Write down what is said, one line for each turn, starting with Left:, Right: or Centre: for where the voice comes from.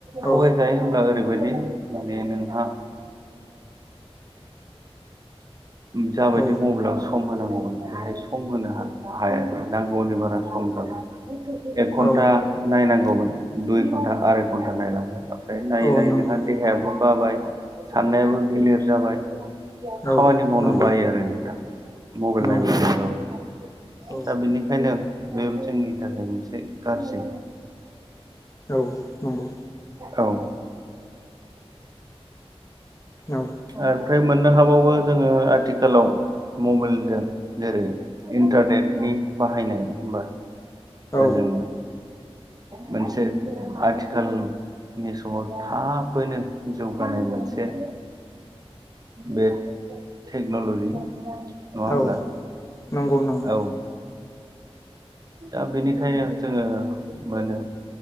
Right: थगाय
Left: औ
Right: जायोब्ला ओरैबायदि माने नोंहा जाबायदि
Left: औ
Right: मबाइलावसो सम होनांगौमोन बेहाय सम होनो हायासै नांगौनि बारा सम जाबाय एक घन्टा
Left: औ
Right: नायनांगौमोन दुइ घन्टा आराय घन्टा नायलांबाय आं ओमफ्राय नायै
Left: औ
Right: नायै
Left: नंगौ
Right: नोंहा देहायाबो बाबाय साननायाबो गिलिर जाबाय
Left: औ
Right: खामानि मावनो
Left: नंगौ
Right: बायो आरो नों दा मबाइल
Left: नंगौ
Right: नायबायबाबो
Left: औ
Right: दा बेनिखायनो बे जोंनि थाखाय मोनसे गाज्रि
Left: औ नंगौ।
Right: औ
Left: औ
Right: ओमफ्राय मोननो हाबावो जोङो आथिखालाव मबाइलजों जेरै इन्टारनेटनि बाहायनाय नङा होनबा?
Left: औ
Right: ओजों मोनसे आथिखाल नि समाव थाबैनो जौगानाय मोनसे बे टेक्न'ल'जि नङा होमब्ला
Left: औ नंगौ नंगौ
Right: औ दा बेनिखायनो जोङो मोनो